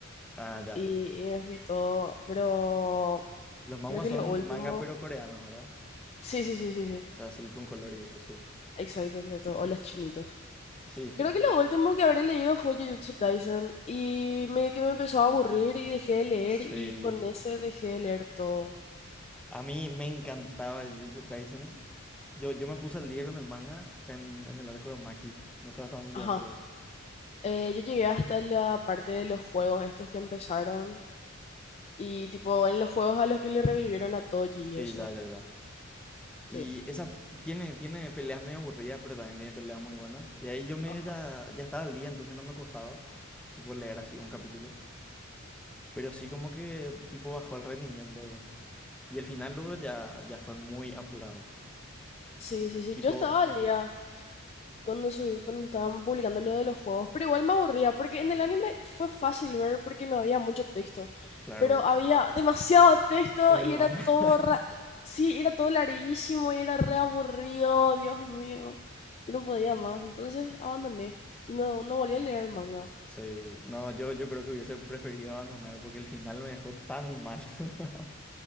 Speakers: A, in the centre; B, on the left.
A: Ah, ya.
B: y, y me fui todo. Pero
A: Los manhwa
B: creo que
A: son
B: lo último.
A: manga pero coreano, ¿verdad?
B: Sí, sí, sí, sí, sí.
A: O sea, sí, con color y eso, sí.
B: Exacto, exacto. O los chinitos.
A: Sí, sí.
B: Creo que lo último que habré leído fue Jujutsu Kaisen y medio que me empezó a aburrir
A: Mm.
B: y dejé de leer
A: Sí.
B: y con ese dejé de leer todo.
A: A mí me encantaba Jujutsu Kaisen. Yo, yo me puse al día con el manga en, en el arco de Maki. No sé hasta dónde
B: Ajá.
A: llegaste vos.
B: Eh, yo llegué hasta la parte de los juegos, estos que empezaron y tipo en los juegos a los que le revivieron a Toji
A: Sí,
B: y eso.
A: ya, ya, ya. Y
B: Sí.
A: esa tiene, tiene peleas medio aburridas, pero también tiene peleas muy buenas. Y ahí yo medio
B: Ah,
A: ya, ya estaba al día, entonces no me costaba, tipo, leer así un capítulo. Pero sí como que, tipo, bajó el rendimiento. Y el final luego ya, ya fue muy apurado.
B: sí, sí, sí.
A: Tipo,
B: Yo estaba al día cuando, subí- cuando estaban publicando lo de los juegos, pero igual me aburría porque en el anime fue fácil ver porque no había mucho texto,
A: claro,
B: pero había demasiado texto
A: en
B: y
A: el
B: era
A: manga.
B: todo,
A: <laughs>
B: ra- sí, era todo larguísimo y era re aburrido, Dios mío. Yo no podía más, entonces abandoné y no, no volví a leer manga.
A: Sí, no, yo, yo creo que hubiese preferido abandonar porque el final me dejó tan mal. <laughs>